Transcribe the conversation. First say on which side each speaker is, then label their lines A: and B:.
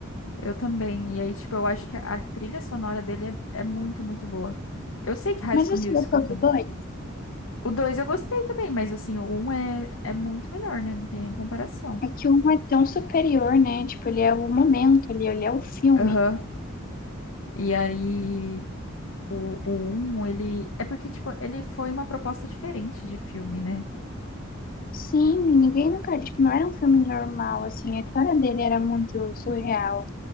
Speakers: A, on the left; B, on the left.
A: Eu também. E aí, tipo, eu acho que a trilha sonora dele é, é muito, muito boa. Eu sei que High
B: Mas
A: School
B: você
A: Musical
B: gostou
A: também.
B: do dois?
A: O dois eu gostei também, mas assim, o um é, é muito melhor, né? Não tem nem comparação.
B: É que um é tão superior, né? Tipo, ele é o momento ali, ele é o filme.
A: Aham. E aí, o, o um, ele. É porque, tipo, ele foi uma proposta diferente de filme, né?
B: Sim, ninguém nunca, tipo, não era um filme normal, assim, a história dele era muito surreal.